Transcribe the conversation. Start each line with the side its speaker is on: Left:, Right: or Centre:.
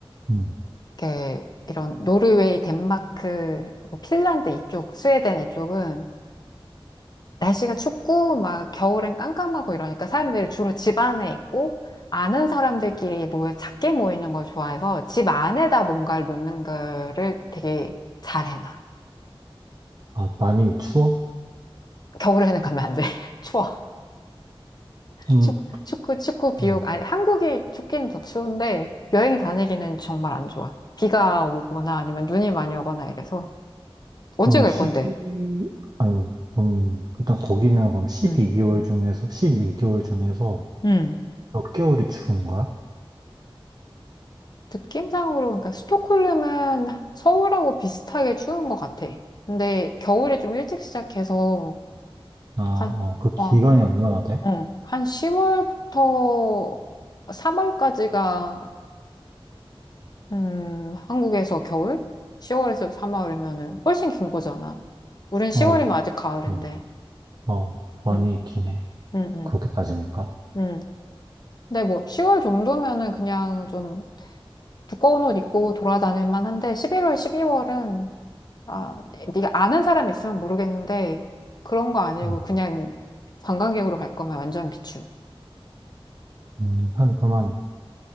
Right: 음.
Left: 이렇게 이런 노르웨이, 덴마크, 뭐 핀란드 이쪽, 스웨덴 이쪽은 날씨가 춥고 막 겨울엔 깜깜하고 이러니까 사람들이 주로 집 안에 있고 아는 사람들끼리 모여 작게 모이는 걸 좋아해서 집 안에다 뭔가를 놓는 거를 되게 잘해놔.
Right: 아, 많이 추워?
Left: 겨울에는 가면 안 돼. <laughs> 추워.
Right: 음,
Left: 축, 축구, 축구 비육.
Right: 음.
Left: 아니, 한국이 춥기는 더 추운데, 여행 다니기는 정말 안 좋아. 비가 오거나 아니면 눈이 많이 오거나 이래서.
Right: 그럼
Left: 언제 갈
Right: 12,
Left: 건데?
Right: 아유, 음, 일단 거기는 그럼 십이
Left: 응,
Right: 개월 중에서, 십이 개월 중에서
Left: 응.
Right: 몇 개월이 추운 거야?
Left: 느낌상으로, 그러니까 스톡홀름은 서울하고 비슷하게 추운 것 같아. 근데 겨울에 좀 일찍 시작해서,
Right: 아, 어,
Left: 한,
Right: 그 기간이
Left: 와,
Right: 얼마나 돼?
Left: 응, 한 10월부터 3월까지가 음, 한국에서 겨울? 10월에서 3월이면은 훨씬 긴 거잖아. 우린 10월이면
Right: 어, 그-
Left: 아직 가을인데.
Right: 예. 어, 많이
Left: 응,
Right: 있긴 해.
Left: 응, 응,
Right: 그렇게 따지니까.
Left: 응. 근데 뭐 10월 정도면은 그냥 좀 두꺼운 옷 입고 돌아다닐 만한데 11월, 12월은 아, 네가 아는 사람 있으면 모르겠는데 그런 거 아니고
Right: 음,
Left: 그냥 관광객으로 갈 거면 완전 비추.
Right: 음, 한, 그러면